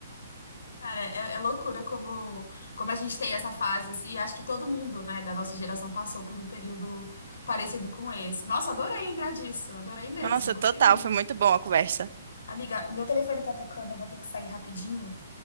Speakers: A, on the left; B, on the right.
A: Cara, é, é loucura como, como a gente tem essa fase, assim. Acho que todo mundo, né, da nossa geração passou por um período parecido com esse. Nossa, adorei lembrar disso. Adorei mesmo.
B: Nossa,
A: Gostei
B: total,
A: muito.
B: foi muito bom a conversa.
A: Amiga, meu telefone tá tocando, eu vou ter que sair rapidinho.